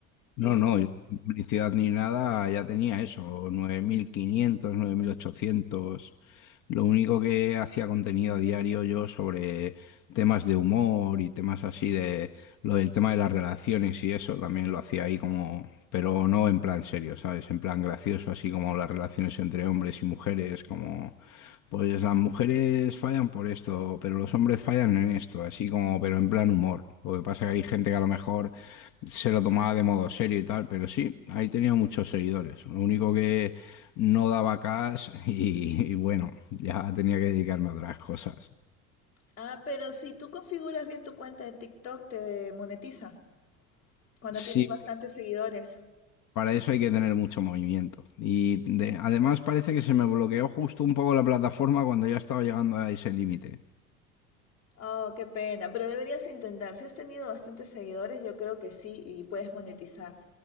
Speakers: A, on the left; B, on the left.
A: Es...
B: No, no, yo sin publicidad ni nada, ya tenía eso, nueve nueve mil quinientos, nueve mil ochocientos. Lo único que hacía contenido a diario yo sobre temas de humor y temas así de lo del tema de las relaciones y eso también lo hacía ahí como, pero no en plan serio, ¿sabes? En plan gracioso, así como las relaciones entre hombres y mujeres, como pues las mujeres fallan por esto, pero los hombres fallan en esto, así como, pero en plan humor. Lo que pasa es que hay gente que a lo mejor se lo tomaba de modo serio y tal, pero sí, ahí tenía muchos seguidores. Lo único que no daba cash <laughs> y, y bueno, ya tenía que dedicarme a otras cosas.
A: Ah, pero si tú configuras bien tu cuenta de TikTok, te monetiza cuando
B: Sí,
A: tienes bastantes seguidores.
B: para eso hay que tener mucho movimiento. Y de- además parece que se me bloqueó justo un poco la plataforma cuando ya estaba llegando a ese límite.
A: Oh, qué pena, pero deberías intentar. Si has tenido bastantes seguidores, yo creo que sí y puedes monetizar.